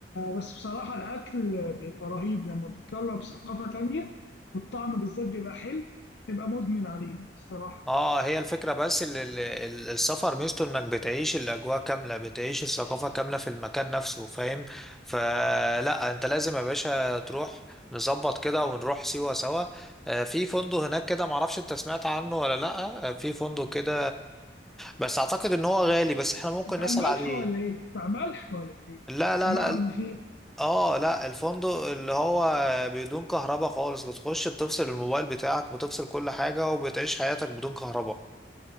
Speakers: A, on the left (about 70°); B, in the centre.
A: بس بصراحه الاكل بيبقى رهيب لما بتجرب ثقافه تانية والطعم بالذات بيبقى حلو تبقى مدمن عليه الصراحه
B: اه هي الفكرة بس ال- ال- ال- السفر ميزته انك بتعيش الاجواء كاملة بتعيش الثقافة كاملة في المكان نفسه فاهم فلا انت لازم يا باشا تروح نظبط كده ونروح سيوة سوا آه، في فندق هناك كده معرفش انت سمعت عنه ولا لا آه، في فندق كده بس اعتقد ان هو غالي بس احنا ممكن
A: بتاع
B: نسأل
A: الملح
B: عليه
A: ولا ايه بتاع ملح ولا ايه
B: لا لا
A: سمعت
B: لا
A: ان في
B: اه لا الفندق اللي هو بدون كهرباء خالص بتخش بتفصل الموبايل بتاعك بتفصل كل حاجة وبتعيش حياتك بدون كهرباء